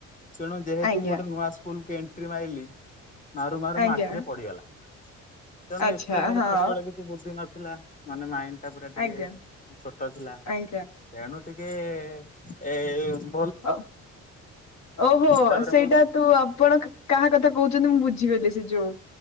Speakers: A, on the left (about 25°); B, on the left (about 65°).
A: ତେଣୁ ଯେହେତୁ
B: ଆଜ୍ଞା
A: ମୁଁ ଗୋଟେ ନୁଆ ସ୍କୁଲ କୁ ଣ୍ଟ୍ରି ମାାଇଲି ମାରୁ ମାରୁ
B: ଆଜ୍ଞା
A: ମୋ ଆଖିରେ ପଡିଗଲା । ତେଣୁ
B: ଆଚ୍ଛା
A: ଏତେ ମୋର
B: ହଁ।
A: ଛୋଟବେଳେ କିଛି ବୁଦ୍ଧି ନା ଥିଲା ମାନେ ମାଇଁ ଅଣ୍ଟା ପୁରା ଟିକେ
B: ଆଜ୍ଞା
A: ଛୋଟ ଥିଲା
B: ଆଜ୍ଞା
A: ତେଣୁ ଟିକେଏ ଏଏମ୍।
B: ହ ଓହୋ
A: ତାପରେ
B: ସେଇଟା
A: ମୁଁ
B: ତୁ ଆପଣ କାହା କଥା କହୁଚନ୍ତି ମୁଁ ବୁଝିଗଲି ସେ ଯୋଉ